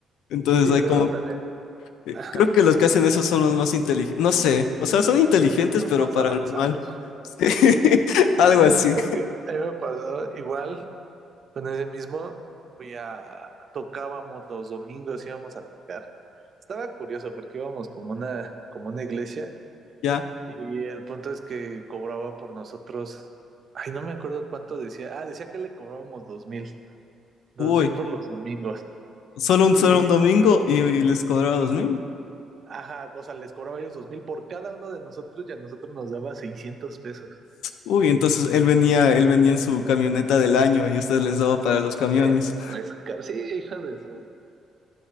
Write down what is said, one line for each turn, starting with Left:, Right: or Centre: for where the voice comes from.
Left: Entonces
Right: Y
Left: hay
Right: luego
Left: como,
Right: también...
Left: eh,
Right: <laughs>
Left: creo que los que hacen eso son los más inteligentes, no sé, o sea, son inteligentes,
Right: los
Left: pero
Right: más
Left: para
Right: avanzados.
Left: lo mal. Sí, <laughs> algo
Right: <laughs>
Left: así,
Right: Porque a mí me pasó igual con ese mismo, fui a, tocábamos los domingos, íbamos a tocar. Estaba curioso porque íbamos como una, como una iglesia
Left: ya.
Right: y el punto es que cobraba por nosotros, ay, no me acuerdo cuánto decía, ah, decía que le cobrábamos dos mil, dos
Left: Uy,
Right: mil por los domingos.
Left: solo un,
Right: Y,
Left: solo un domingo y, y les cobraba dos mil.
Right: ajá, o sea, les cobraba ellos dos mil por cada uno de nosotros y a nosotros nos daba 600 pesos.
Left: Uy, entonces él venía, él venía en su camioneta del año y ustedes les daba para los camiones.
Right: Sí, pues tres, car- sí, hija de su